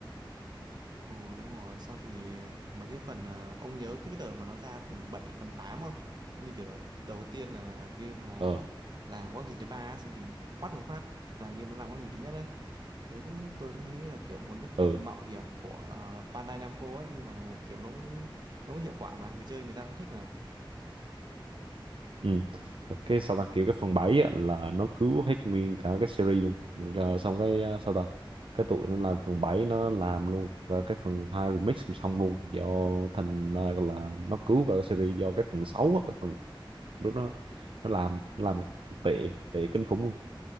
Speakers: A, on the right; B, on the right.
A: Ừ đúng rồi, xong thì mấy cái phần à, ông nhớ cái đợt mà nó ra phần 7 phần 8 không? Như kiểu là đầu tiên là game nó
B: ờ
A: làm góc nhìn thứ ba á, xong thì quát một phát là game nó làm góc nhìn thứ nhất đấy. Đấy cũng tôi cũng nghĩ là kiểu một nước
B: ừ.
A: đi mạo hiểm của à, Bandai Namco ấy nhưng mà kiểu nó cũng nó cũng hiệu quả mà người chơi người ta cũng thích mà.
B: ừ. cái sao ta kiểu cái phần 7 á, là nó cứu hết nguyên cả cái series luôn rồi xong cái à, sao ta cái tụi nó làm phần 7 nó làm luôn cả cái phần 2 remix song song luôn do thành ra là nó cứu cả cái series do cái phần 6 á, cái phần lúc nó nó làm nó làm tệ tệ kinh khủng luôn